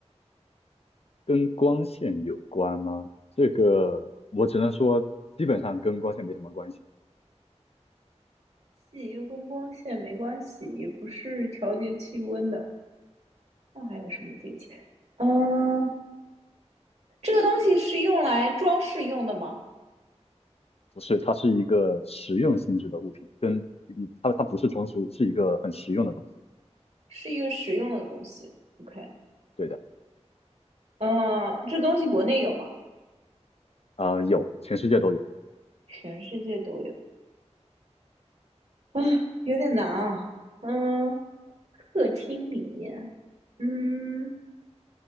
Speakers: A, on the left; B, on the right.
A: 跟光线有关吗？这个我只能说，基本上跟光线没什么关系。
B: 洗又跟光线没关系，也不是调节气温的。那还有什么电器？嗯，这个东西是用来装饰用的吗？
A: 不是，它是一个实用性质的物品，跟它它不是装饰物，是一个很实用的东西。
B: 是一个实用的东西。OK，
A: 对的，
B: 嗯，这东西国内有吗？
A: 啊，有，全世界都有。
B: 全世界都有。啊，有点难啊。嗯，客厅里面，嗯，